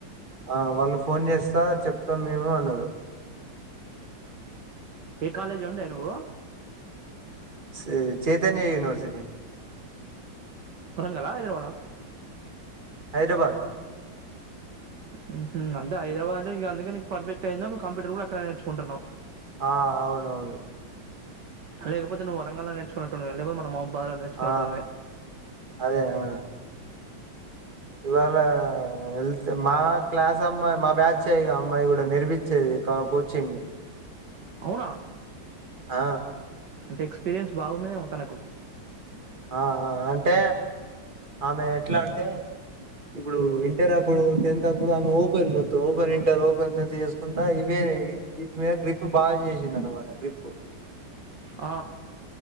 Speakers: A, on the right; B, on the right.
A: ఆ వాళ్ళు ఫోన్ చేస్తా చెప్తాం మేము అన్నారు
B: ఏ కాలేజ్ ఉండే నువ్వు
A: సి చైతన్య యూనివర్సిటీ
B: వరంగల హైదరాబాద్
A: హైదరాబాద్
B: అ ఉమ్ అంతే హైదరాబాద్ అంటేకే అందుకే నీకు పర్ఫెక్ట్ అయిందో కప్యూటర్ కూడా అక్కడేచుకుంటున్నావు
A: ఆ అవునవును
B: లేకపోతే నువ్వు వారగల్ నేర్చుకున్నట్టువ లేకపో మన మాబ బాగా నేర్చుకున్నతోవే
A: ఆ అదే ఆ ఇవాళ వెళ్తే మా క్లాస్ అమ్మాయి మా బ్యాచ్ అ్యక అమ్మాయి కూడా నేర్పించేది కా కోచింగ్
B: అవునా
A: ఆ
B: అంటే ఎక్స్పీరియన్స్ బాగున్నదేమో తనకు
A: ఆ ఆ అంటే ఆమె ఎట్లా అంటే ఇప్పుడు ఇంటర్ అప్పుడు టెన్త్ అప్పుడు ఆమె ఓపెన్ మొత్తం ఓపెన్ ఇంటర్ ఓపెన్ చేసుకుంటా ఇవే వీటి మీద గ్రిప్ బాగా చేసింది అనమాట గ్రిప్
B: ఆ